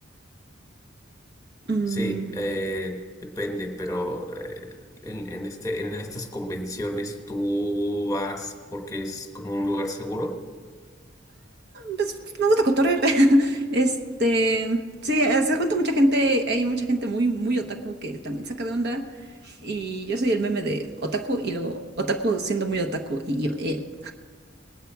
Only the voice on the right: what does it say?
Mm.
Pues, me gusta cotorrear. <laughs> Este, sí, eh, se cuenta mucha gente, hay mucha gente muy, muy otaku que también saca de onda. Y yo soy el meme de otaku y luego otaku siendo muy otaku. Y yo, eh.